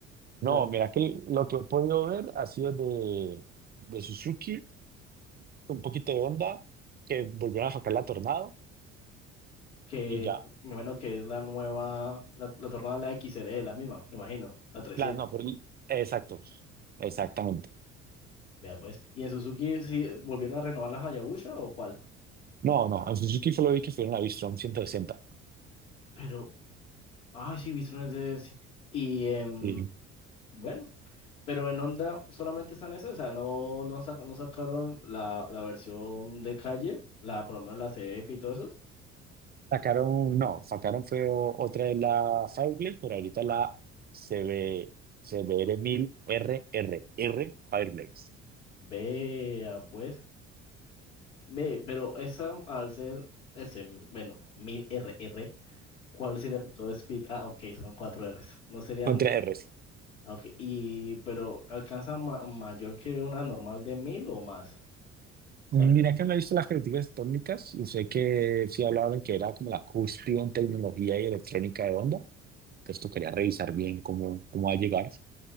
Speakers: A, on the left; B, on the right.
A: la
B: No, mira que lo que he podido ver ha sido de, de Suzuki, un poquito de Honda, que volvieron a sacar la Tornado
A: que,
B: y ya.
A: me imagino que es la nueva, la, la tornada de la XR, la misma, me imagino, la trescientos
B: La, no, pero exacto, exactamente.
A: Vea pues. ¿Y en Suzuki sí volvieron a renovar la Hayabusa o cuál?
B: No, no, en Suzuki solo vi que fueron la V-Strom 160.
A: Pero, ay, sí, Bridgestone es de... sí. Y em,
B: Y
A: bueno, pero en Honda solamente están esas, o sea, no, no, saca- no sacaron la, la versión de calle, la, por lo menos la C F y todo eso.
B: sacaron, no, sacaron fue o- otra de la Fireblade, pero ahorita la C C B C B R CB, R R rrr Fireblades.
A: Vea pues. Ve, pero esa al ser ese, bueno, mil R R ¿cuál sería todo speed? Ah, ok, son cuatro Rs. No serían,
B: No tiene R's.
A: ah, ok, y pero alcanza ma- mayor que una normal de 1000 o más. O
B: Mira
A: sea,
B: que me he visto las críticas técnicas y sé que sí hablaban que era como la cúspide en tecnología y electrónica de onda. Entonces tocaría revisar bien cómo, cómo va a llegar.